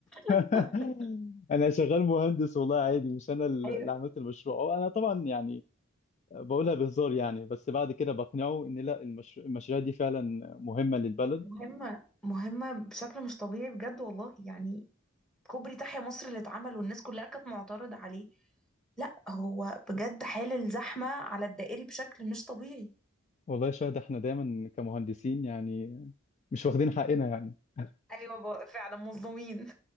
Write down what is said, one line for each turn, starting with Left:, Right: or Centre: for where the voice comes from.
Left: <laughs>
Centre: <laughs>
Left: انا شغال مهندس والله عادي مش انا اللي
Centre: ايوه
Left: عملت المشروع أو انا طبعا يعني بقولها بهزار يعني بس بعد كده بقنعه ان لا المش... المشاريع دي فعلا مهمة للبلد
Centre: مهمة مهمة بشكل مش طبيعي بجد والله يعني كوبري تحيا مصر اللي اتعمل والناس كلها كانت معترضة عليه لا هو بجد حال الزحمة على الدائري بشكل مش طبيعي
Left: والله يا شاهد احنا دايما كمهندسين يعني مش واخدين حقنا يعني <laughs>
Centre: ايوه ب- فعلا مظلومين